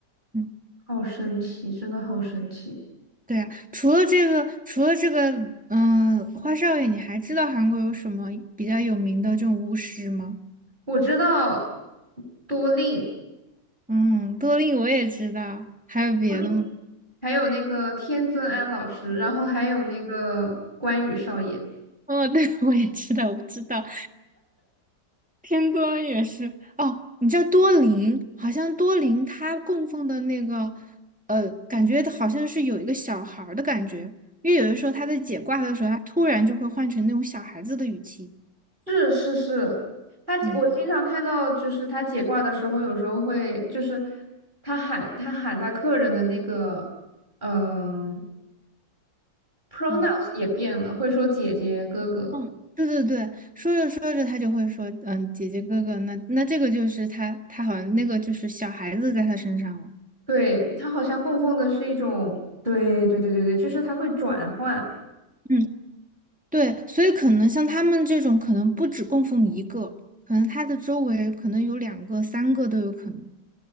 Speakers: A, in the centre; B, on the right.
A: 嗯。
B: 好神奇，真的好神奇。
A: 对呀，除了这个，除了这个，嗯，花少爷，你还知道韩国有什么比较有名的这种巫师吗？
B: 我知道多令
A: 嗯，多令我也知道，还有别的吗？
B: 多令，还有那个天尊安老师，然后还有那个关羽少爷。
A: 哦，对，我也知道，我知道，天多也是。哦，你知道多林？好像多林他供奉的那个，呃，感觉好像是有一个小孩儿的感觉，因为有的时候他在解卦的时候，他突然就会换成那种小孩子的语气。
B: 是是是，他我经常看到，
A: 嗯
B: 就是他解卦的时候，有时候会就是他喊他喊他客人的那个嗯 pronouns
A: 嗯。
B: 也变了，会说姐姐哥哥。
A: 哦，对对对，说着说着他就会说，嗯，姐姐哥哥，那那这个就是他，他好像那个就是小孩子在他身上了。
B: 对，他好像供奉的是一种，对对对对对，就是他会转换。
A: 嗯，对，所以可能像他们这种，可能不止供奉一个，可能他的周围可能有两个、三个都有可能。